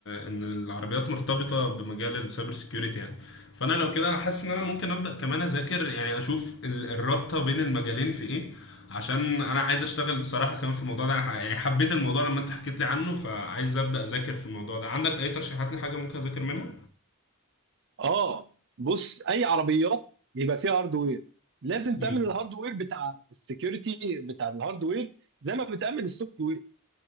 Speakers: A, on the left; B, on the right.
A: ان العربيات مرتبطه بمجال السايبر سيكيورتي يعني فانا لو كده انا حاسس ان انا ممكن ابدا كمان اذاكر يعني اشوف ال- الرابطه بين المجالين في ايه عشان انا عايز اشتغل الصراحه كمان في الموضوع ده أنا ح- يعني حبيت الموضوع لما انت حكيت لي عنه فعايز ابدا اذاكر في الموضوع ده عندك اي ترشيحات لحاجه ممكن اذاكر منها؟
B: اه بص اي عربيات بيبقى فيها هاردوير لازم
A: امم
B: تامن الهاردوير بتاع السكيورتي بتاع الهاردوير زي ما بتامن السوفت وير